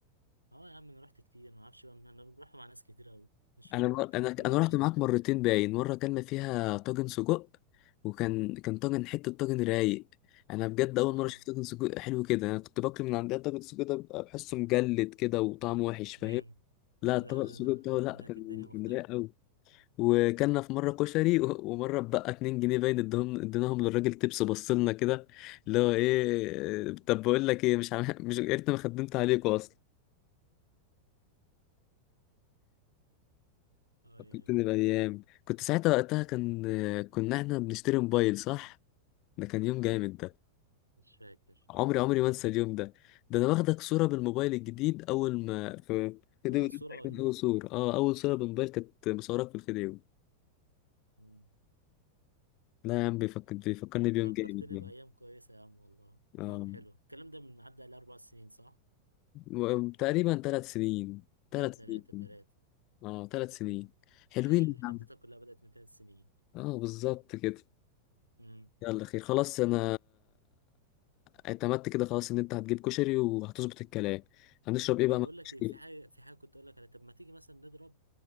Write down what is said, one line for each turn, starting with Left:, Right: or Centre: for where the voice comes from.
Right: اه يا عم انا رحت كتير ما اعرفش بقى انا رحت مع ناس كتير قوي مش فاكر
Left: انا بر...
Right: بقى انت
Left: انا
Right: كنت معايا
Left: انا رحت
Right: ولا
Left: معاك
Right: ايه
Left: مرتين باين مره كنا فيها طاجن سجق وكان كان طاجن حته طاجن رايق انا بجد اول
Right: اه
Left: مره شفت طاجن سجق حلو كده انا كنت باكل من عندها طاجن سجق ده بيبقى بحسه مجلد كده وطعمه وحش
Right: مم.
Left: فاهم لا
Right: لا
Left: طبق السجق
Right: لا لا
Left: بتاعه لا
Right: هناك
Left: كان
Right: الدنيا مختلفة
Left: كان رايق قوي وكلنا في مره كشري و... ومره بقى 2 جنيه باين ادهم اديناهم للراجل تبس بصلنا كده اللي هو ايه طب بقول لك ايه مش عم... مش يا ريتني ما خدمت عليكوا اصلا
Right: اه
Left: فكرتني
Right: يا مان
Left: بأيام كنت ساعتها وقتها كان كنا احنا بنشتري موبايل صح؟ ده كان يوم جامد ده
Right: مش فاكر
Left: عمري عمري ما انسى اليوم ده ده انا واخدك صورة بالموبايل الجديد اول ما في الفيديو
Right: أول
Left: ده
Right: صورة
Left: تقريبا
Right: ولا إيه؟
Left: اول صورة اه اول صورة بالموبايل كانت مصورك في الفيديو
Right: مم.
Left: لا يا عم بيفكر بيفكرني بيوم
Right: فكرتني
Left: جامد يعني
Right: بأيام كويسة يا عم والله أيام
Left: اه
Right: حلوة الكلام ده من عدى عليه أربع سنين صح؟
Left: و- تقريبا ثلاث سنين ثلاث
Right: لا تلاتة
Left: سنين
Right: تلاتة
Left: اه ثلاث سنين حلوين
Right: هي الحدوتة
Left: يا عم
Right: كلها بدأت من تلات سنين
Left: اه بالظبط كده
Right: مم.
Left: يلا خير خلاص انا اعتمدت كده خلاص ان انت هتجيب كشري وهتظبط الكلام هنشرب ايه
Right: طب
Left: بقى مع
Right: بقول لك
Left: الكشري
Right: إيه في حاجة في حاجة كنت أقول لك على طب ما تيجي مثلا نضرب